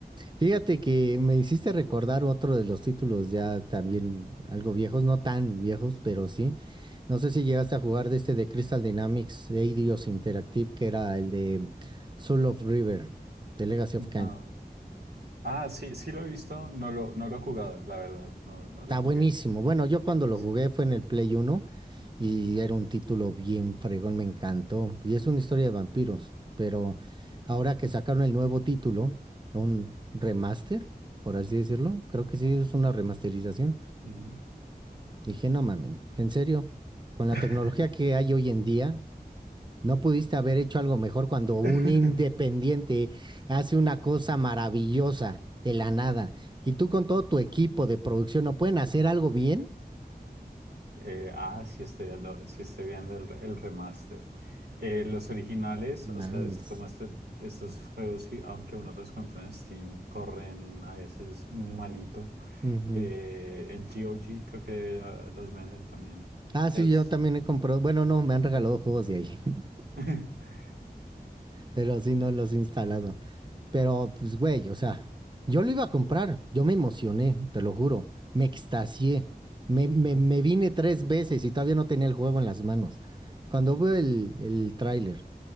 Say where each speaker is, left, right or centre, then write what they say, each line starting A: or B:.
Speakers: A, on the right; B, on the right.
A: Fíjate que me hiciste recordar otro de los títulos ya también algo viejos, no tan viejos, pero sí. No sé si llegaste a jugar de este de Crystal Dynamics Eidos Interactive, que era el de Soul of River, de Legacy
B: Ujú.
A: of Kain.
B: Ajá. Ah, sí, sí lo he visto, no lo, no lo he jugado, la verdad, no, no
A: Está
B: lo jugué.
A: buenísimo. Bueno, yo cuando lo
B: Sí.
A: jugué
B: sí.
A: fue en el Play uno y era un título bien fregón, me encantó. Y es una historia de vampiros, pero ahora que sacaron el nuevo título, un remaster, por así decirlo, creo que sí es una remasterización.
B: Ujú.
A: Dije, no mamen, en serio, con la
B: <laughs>
A: tecnología que hay hoy en día, no pudiste haber hecho algo mejor cuando un
B: <laughs>
A: independiente hace una cosa maravillosa de la nada y tú con todo tu equipo de producción no pueden hacer algo bien.
B: Eh, ah, sí estoy viendo, sí estoy viendo el, el remaster. Eh, los originales,
A: Mames.
B: o sea, este- como este- estos juegos, sí, aunque uno los compra en Steam, corren a veces malito.
A: Ujú.
B: Eh, en GOG creo que ah, los venden también.
A: Ah,
B: Si
A: sí,
B: has...
A: yo también he comprado. Bueno, no, me han regalado juegos de ahí, <laughs>
B: <laughs>
A: pero sí no los he instalado. Pero, pues, güey, o sea, yo lo iba a comprar. Yo me emocioné, te lo juro. Me extasié. Me, me,
B: Ajá.
A: me vine tres veces y todavía no tenía el juego en las manos. Cuando veo el, el tráiler